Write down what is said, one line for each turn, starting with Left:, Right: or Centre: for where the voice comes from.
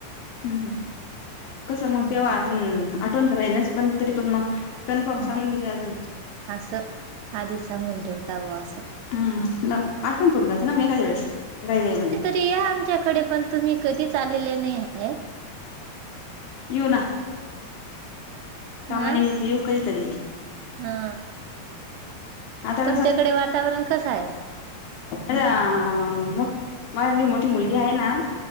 Left: हम् कसं मग
Right: हम्म
Left: तेव्हाम् आठवण तर राहिनच पण तरी पण मग. कन्फर्म
Right: ह
Left: सांगून दिले अजून
Right: असं आ दिसांुं ठेवता ग अससं.
Left: हा आठवण तोंलाते ना मी एखाद्या वेळेस गायलाई मध्ये.
Right: ते या आमच्याकडे पण तुम्ही कधीच आलेले नाही आहे.
Left: येऊ ना. कामनमित्
Right: हा
Left: येू करतरी
Right: हा
Left: आता
Right: तुमच्याकडे वातावरण कस आहे.
Left: माझा मलाी मोठी मुलगी आहे ना..